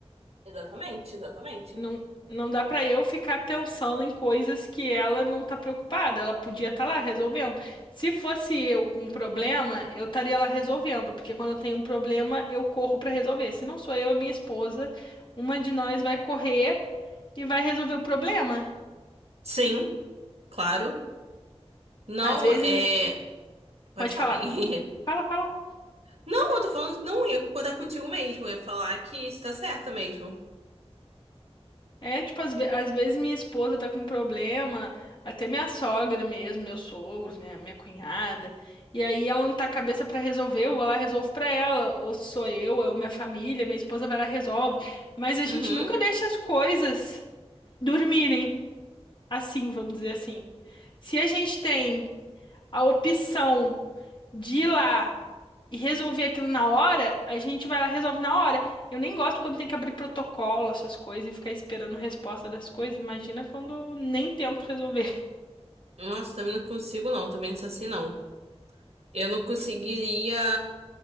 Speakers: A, on the right; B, on the left.
A: Exatamente, exatamente.
B: Não, não dá pra eu ficar pensando em coisas que ela não tá preocupada. Ela podia estar lá resolvendo. Se fosse eu com um problema, eu estaria lá resolvendo, porque quando eu tenho um problema, eu corro pra resolver. Se não sou eu, é minha esposa, uma de nós vai correr e vai resolver o problema.
A: Sim, claro. Não,
B: Às vezes
A: é.
B: me...
A: Pode
B: Pode
A: falar
B: falar.
A: bem. <laughs>
B: Fala, fala.
A: Não, eu tô falando, não ia concordar contigo mesmo. Eu ia falar que isso tá certa mesmo.
B: É, tipo, às, ve- às vezes minha esposa tá com problema, até minha sogra mesmo, meus sogros, minha, minha cunhada, e aí ela não tá com a cabeça pra resolver, eu vou lá, resolvo pra ela, ou sou eu, ou minha família, minha esposa vai lá, e resolve. Mas a
A: Uhum.
B: gente nunca deixa as coisas dormirem assim, vamos dizer assim. Se a gente tem a opção de ir lá e resolver aquilo na hora, a gente vai lá e resolve na hora. Eu nem gosto quando tem que abrir protocolo, essas coisas, e ficar esperando resposta das coisas. Imagina quando nem tento resolver.
A: Nossa, também não consigo, não. Também não sou assim, não. Eu não conseguiria.